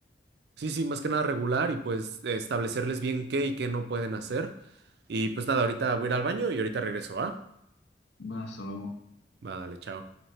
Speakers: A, on the right; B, on the left.
A: Sí, sí, más que nada regular y pues establecerles bien qué y qué no pueden hacer. Y pues nada, ahorita voy a ir al baño y ahorita regreso, ¿va?
B: Va, hasta luego.
A: Vale, chao.